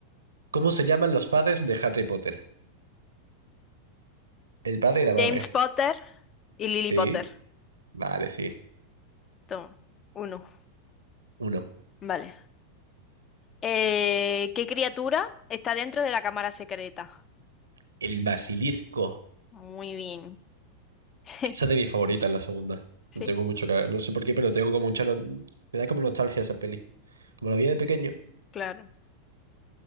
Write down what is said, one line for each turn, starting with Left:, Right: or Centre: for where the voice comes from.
Right: ¿Cómo se llaman los padres de Harry Potter? El padre y la
Left: James
Right: madre.
Left: Potter y Lily
Right: ¿Sí?
Left: Potter.
Right: Vale, sí.
Left: Toma. Uno.
Right: Uno.
Left: Vale. Eh, ¿qué criatura está dentro de la cámara secreta?
Right: El basilisco.
Left: Muy bien. <laughs>
Right: Esa es de mi favorita, la segunda.
Left: Sí,
Right: No tengo mucho que... No sé por qué, pero tengo como mucha... no- Me da como nostalgia esa peli. Como la vi de pequeño,
Left: claro.